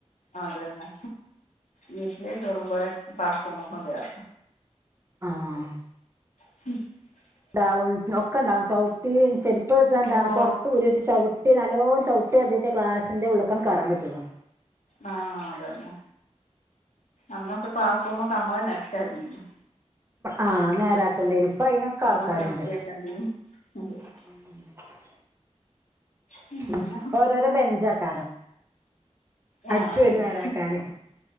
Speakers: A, on the left; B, on the right.
A: അതന്നെ വീട്ടില് കേറുമ്പോ ലെ ബാ ത് റൂമുക്കും കെര
B: ആഹ്
A: <unintelligible>
B: ഉണ്ടാവും ഒക്കെ ഉണ്ടാവും ചവിട്ടി ചെരുപ് എന്താണ്
A: ഓ
B: പുറത്ത് ഊരിട്ട് <unintelligible> കുട്ടി നല്ലോ ചവിട്ടി ഓർദീറ്റ് ക്ലാസിന്റെ ഉള്ളക്ക ആണ്ട് കേറാൻ പറ്റുള്ളോ
A: ആഹ് അത് തന്നെ അന്നൊക്കെ ക്ലാസ്റൂമ ഒക്കെ നമ്മളെന്ന അടിച്ചോരണം
B: ആനേരാക്കേണ്ടനി ഇപ്പ അതിനൊക്കെ
A: നമ്മളെ
B: ആൾക്കാരുണ്ട്
A: <unintelligible>
B: <inaudible>
A: പിന്നെ
B: ഉം ഓരോരോ ബെഞ്ച് ആക്കാരം
A: ആ
B: അടിച്ചു
A: അതന്നെ
B: ചൊറി നേരം ആക്കാന്